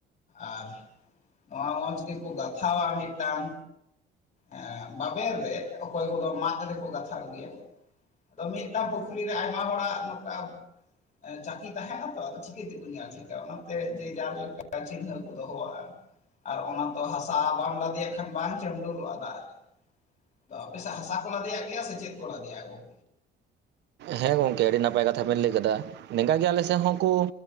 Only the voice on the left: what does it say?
ᱟᱨ ᱱᱚᱣᱟ ᱢᱚᱸᱡᱽ ᱜᱮᱠᱚ ᱜᱟᱛᱷᱟᱣᱟ ᱢᱤᱫᱴᱟᱝ ᱮᱻ ᱵᱟᱵᱮᱨ ᱨᱮ ᱚᱠᱚᱭ ᱠᱚᱫᱚ ᱢᱟᱫ ᱨᱮᱠᱚ ᱜᱟᱛᱷᱟᱣ ᱜᱮᱭᱟ ᱾ ᱛᱚ ᱢᱤᱫᱴᱟᱝ ᱯᱩᱠᱷᱨᱤ ᱨᱮ ᱟᱭᱢᱟ ᱦᱚᱲᱟᱜ ᱱᱚᱠᱟ ᱮ ᱪᱟᱹᱠᱤ ᱛᱟᱦᱮᱱᱟ ᱛᱚ ᱟᱝᱚ ᱪᱤᱠᱟᱹ ᱛᱮᱠᱚ ᱧᱮᱞ ᱴᱷᱤᱠᱟ ᱚᱱᱟᱛᱮ ᱡᱮ ᱡᱟᱨ ᱞᱮᱠᱟ ᱪᱤᱱᱦᱟᱹ ᱠᱚ ᱫᱚᱦᱚᱣᱟᱜᱼᱟ ᱾ ᱟᱨ ᱚᱱᱟ ᱛᱚ ᱦᱟᱥᱟ ᱵᱟᱢ ᱞᱟᱫᱮᱭᱟᱜ ᱠᱷᱟᱱ ᱵᱟᱝ ᱪᱟᱹᱢᱞᱩ <inaudible> ᱫᱟᱜ ᱨᱮ, ᱟᱫᱚ ᱟᱯᱮᱥᱮᱜ ᱦᱟᱥᱟ ᱠᱚ ᱞᱟᱫᱮᱭᱟᱜ ᱜᱮᱭᱟ ᱥᱮ ᱪᱮᱫ ᱠᱚ ᱞᱟᱫᱮᱭᱟ ᱜᱚᱝ